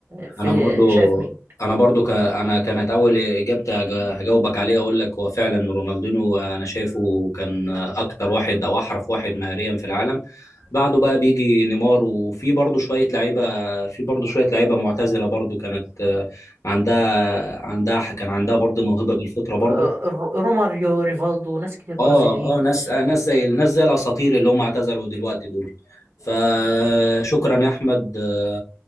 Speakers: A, on the right; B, on the left.
A: في
B: انا برضو
A: شايف مين؟
B: انا برضو ك... انا كانت اول اجابتي هج- هجاوبك عليها اقول لك هو فعلا رونالدينو انا شايفه كان اكتر واحد او احرف واحد مهاريا في العالم بعده بقى بيجي نيمار وفي برضو شوية لعيبة في برضو شوية لعيبة معتزلة برضو كانت آه، عندها عندها كان عندها برضو موهبة بالفطرة برضو
A: آه، رو- روماريو ريفالدو ناس كتير برازيليين
B: اه اه ناس آه، ناس زي ناس زي الاساطير اللي هم اعتزلوا دلوقتي دول فشكرا يا احمد آه،